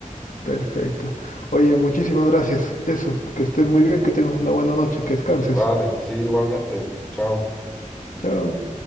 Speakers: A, on the left (about 75°); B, in the centre.
A: Perfecto. Oye, muchísimas gracias. Eso, que estés muy bien, que tengas una buena noche, que descanses.
B: Vale, sí, igualmente. Chao.
A: Chao.